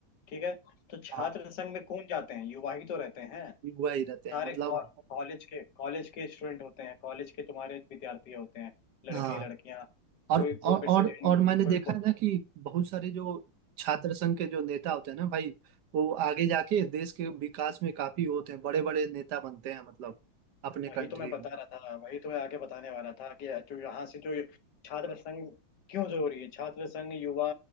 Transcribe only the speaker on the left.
ठीक है तो छात्र
संघ में कौन जाते हैं युवा ही तो रहते हैं
सारे
कॉलेज के कॉलेज के स्टूडेंट होते हैं कॉलेज के तुम्हारे विद्यार्थी होते हैं लड़के
लड़कियां
कोई
कोई प्रेसिडेंट
कोई
वही
तो मैं बता
रहा था वही तो मैं आगे बताने वाला था कि जो यहाँ से जो छात्र संघ क्यों जरूरी है छात्र संघ युवा